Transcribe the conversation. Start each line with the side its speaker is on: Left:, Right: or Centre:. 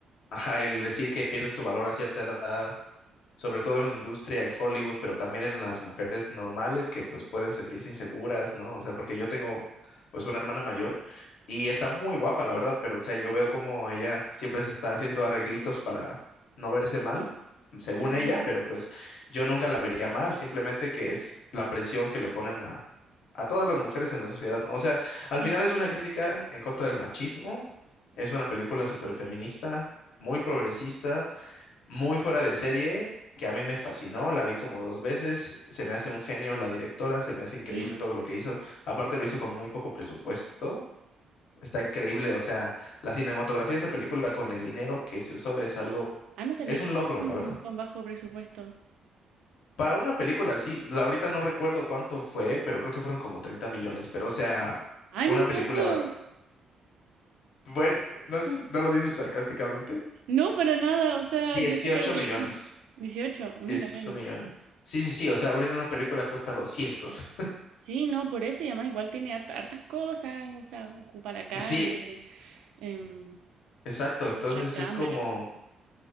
Left: ajá, el decir que pierdes tu valor a cierta edad, sobre todo en la industria, en Hollywood, pero también en las mujeres normales que pues pueden sentirse inseguras, ¿no? O sea, porque yo tengo pues una hermana mayor y está muy guapa, la verdad, pero o sea, yo veo como ella siempre se está haciendo arreglitos para no verse mal, según
Right: Ah, mira,
Left: ella, pero pues yo nunca la vería mal, simplemente que es la presión que le ponen a... a todas las mujeres en la sociedad, ¿no? O sea, al
Right: sí,
Left: final es una crítica en contra del machismo, es una película súper feminista, muy progresista, muy fuera de serie, que a mí me fascinó, la vi como dos veces, se me hace un genio la directora, se me hace increíble
Right: sí.
Left: todo lo que hizo, aparte lo hizo con muy poco presupuesto, está increíble, o sea, la cinematografía de esa película con el dinero que se usó es algo,
Right: Ah, no sabía
Left: es
Right: que
Left: un
Right: era
Left: logro,
Right: con,
Left: la verdad.
Right: con bajo presupuesto.
Left: Para una película así, la ahorita no recuerdo cuánto fue, pero creo que fueron como 30 millones, pero o sea,
Right: Ay,
Left: una
Right: muy
Left: película,
Right: poco.
Left: bueno, no sé, si- no lo dices sarcásticamente.
Right: No, para nada. O sea,
Left: dieciocho
Right: yo sé que hay películas.
Left: millones.
Right: Dieciocho. mira,
Left: dieciocho
Right: bueno.
Left: millones. Sí, sí, sí, o sea, abrir una película cuesta doscientos
Right: Sí, no, por eso y además igual tiene harta- hartas cosas. O sea, ocupa la calle,
Left: Sí,
Right: em,
Left: exacto. Entonces
Right: la cámara.
Left: es como...